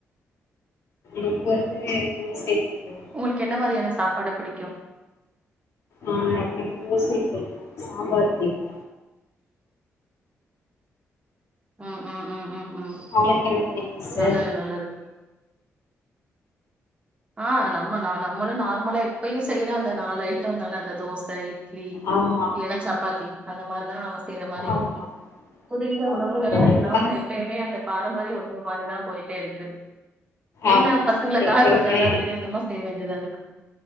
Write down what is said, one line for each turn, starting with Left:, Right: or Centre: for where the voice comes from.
Left: எனக்கு வந்து தோசை பிடிக்கும்
Right: உங்களுக்கு என்ன மாரியான சாப்பாடு புடிக் க்கியோ
Left: ஆ எனக்கு தோசை புடிக்கு, சாம்பார் புடிக்கு
Right: ம், ம், ம், ம் ம்
Left: உங்களுக்கு என்ன புடிக்கு சிஸ்டர்
Right: நல்லது நல்லது ஆ நம்ம நா நம்மளு நார்மலா எப்பயு செய்யுற அந்த நாலு ஐட்டந்தான அந்த தோச, இட் லி
Left: ஆமா
Right: இல்லனா சப்பாத்தி அந்த மாரிதான நம்ம செய்ற மாரி இருக்கு
Left: ஆமா
Right: புதுவித
Left: ஆமா
Right: உணவுகலா
Left: கண்டிப்பா
Right: இல்லாம எப்பயுமே அந்த பாரம்பரிய உணவு மாரிதா போயிட்டே இருக்கு என்ன
Left: ஆமா
Right: பசங்களுக்காக
Left: எப்பொழுதுமே
Right: கொஞ்சோ ஏதாவது வித விதமா செய்ய வேண்டியதாருக் கு